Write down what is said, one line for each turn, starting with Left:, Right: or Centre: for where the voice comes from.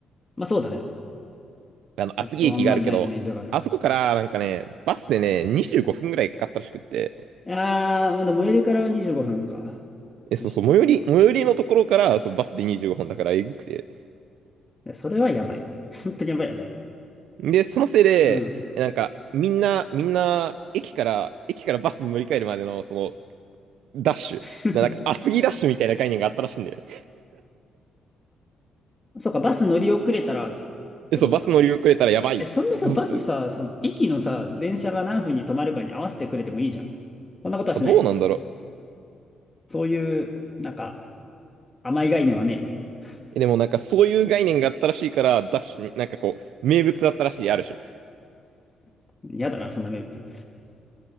Left: まあそうだね。
Right: あの、厚木駅があるけど、
Left: ちょっとあんまりないイメージがある。
Right: あそこから、なんかね、バスでね、25分ぐらいかかったらしくって、
Left: いやー、まだ最寄りからは25分か。
Right: え、そうそう、
Left: 実質。
Right: 最寄り、最寄りのところから、そう、バスで25分だから、えぐくて。
Left: いや、それはやばい。<laughs> 本当にやばいよ、それ。
Right: で、そのせいで、
Left: うん。
Right: え、なんか、みんな、みんな、駅から、駅からバスに乗り換えるまでの、その、ダッシュ。
Left: <laughs>
Right: ななんか、厚木ダッシュみたいな概念があったらしいんだよね。
Left: そうか、バス乗り遅れたらっ
Right: で、
Left: てことか。
Right: そう、バス乗り遅れたらやばいっつって、
Left: え、そんなさ、
Right: ずっと、
Left: バスさ、その駅のさ、電車が何分に止まるかに合わせてくれてもいいじゃん。そんなことはしないの。
Right: あ、どうなんだろう。
Left: そういう、なんか、甘い概念はねえ
Right: えでもなんかそういう概念があったらしいから、ダッシュ、なんかこう、名物だったらしい、ある種。
Left: の。嫌だな、そんな名物。